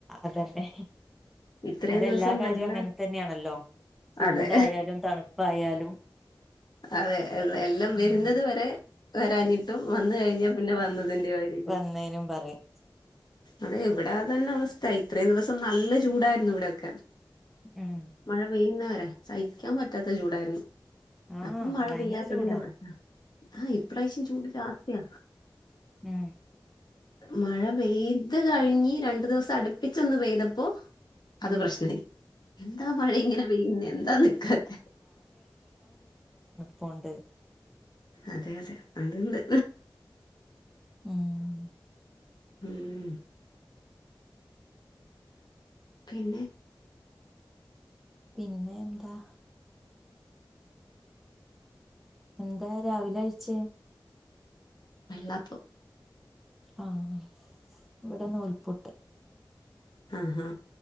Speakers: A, in the centre; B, on the left.
A: അതന്നെ
B: ഇത്രയും
A: അതെല്ലാ
B: ദിവസം
A: കാര്യവും
B: നല്ല
A: അങ്ങനെ തന്നെയാണല്ലോ ചൂടായാലും-
B: അതെ
A: തണുപ്പായാലും
B: അതെ എല്ലാം വരുന്നത്
A: ഉം
B: വരെ വരാഞ്ഞിട്ടും വന്ന കഴിഞ്ഞാ പിന്നെ വന്നതിന്റെയ ആയിരിക്കും
A: വന്നേനും പറയും
B: അതെ എവിടാ തന്നെ അവസ്ഥ ഇത്രേയും ദിവസം നല്ല ചൂടായിരുന്നു ഇവിടെ ഒക്കെ
A: ഉം
B: മഴ പെയ്യുന്നവരെ- സഹിക്കാൻ പറ്റാത്ത ചൂടായിരുന്നു
A: ആഹ്
B: അപ്പം മഴ
A: ഭയങ്കര
B: പെയ്യാത്തതിന്റെ
A: ചൂടാ
B: പ്രശ്ന- ആ ഇപ്രാവശ്യം ചൂട് ജാസ്തിയ
A: മ്
B: മഴ പെയ്ത് കഴിഞ്ഞ് രണ്ടു ദിവസം അടുപ്പിച്ചൊന്ന് പെയ്തപ്പോ അത്
A: ഉം
B: പ്രശ്നായി എന്താ മഴ ഇങ്ങനെ പെയ്യുന്ന എന്താ നിക്കാത്തെ
A: പോവണ്ടേ
B: അതെ അതെ അത്ണ്ട്-
A: മ്മ്
B: ഹ്മ്മ് പിന്നെ-
A: പിന്നെ എന്താ എന്താ രാവിലെ കഴിച്ചേ
B: വെള്ളപ്പം
A: ആഹ ഇവിടെന്ന് നൂൽപൊട്ട്
B: ആഹ ആഹ